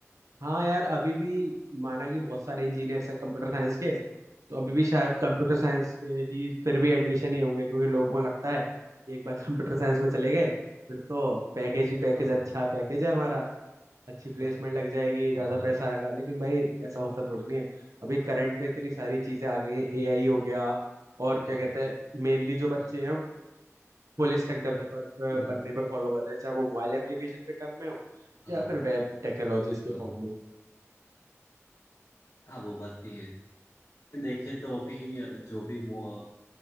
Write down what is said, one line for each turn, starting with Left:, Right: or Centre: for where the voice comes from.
Right: हाँ यार अभी भी माना कि बहुत सारे इंजीनियर्स हैं कंप्यूटर साइंस के तो अभी भी शायद कंप्यूटर साइंस के ही फिर भी एडमिशन ही होंगे क्योंकि लोगों को लगता है कि एक बार कंप्यूटर साइंस में चले गए फिर तो पैकेज ही पैकेज
Left: हाँ
Right: अच्छा पैकेज है हमारा अच्छी प्लेसमेंट
Left: हाँ
Right: लग जाएगी ज्यादा
Left: हाँ हाँ
Right: पैसा आएगा लेकिन भाई ऐसा होता थोड़ी नहीं है अभी करंट में इतनी सारी चीजें आ गई हैं एआई हो गया और
Left: हाँ
Right: क्या कहते हैं मेनली जो बच्चे
Left: हाँ
Right: हैं फुल स्टैक डेवलपर
Left: हम्म,
Right: बनने में फॉलो कर रहे हैं चाहे वो मोबाइल एप्लीकेशन के टर्म में हो
Left: हाँ
Right: या फिर वेब टेक्नोलॉजीज के
Left: हाँ
Right: फॉर्म में हो
Left: हाँ, वो बात भी है देखे तो अभी जो भी मो,